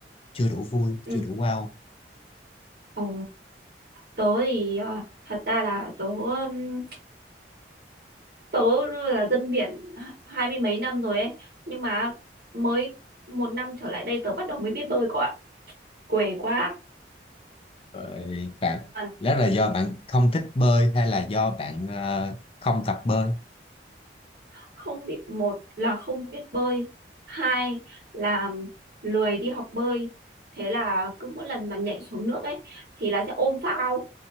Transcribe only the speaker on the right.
ừ
ồ tớ thì ờ, thật ra là tớ um, tớ là dân biển hai mươi mấy năm rồi ấy nhưng mà mới một năm trở lại đây tớ bắt đầu mới biết bơi cậu ạ què quá
Toàn
không biết một là không biết bơi hai là lười đi học bơi thế là cứ mỗi lần mà nhảy xuống nước ấy thì là sẽ ôm phao